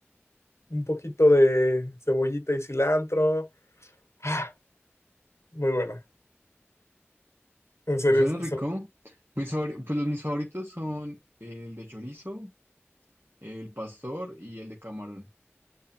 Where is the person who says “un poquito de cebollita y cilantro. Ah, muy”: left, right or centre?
Left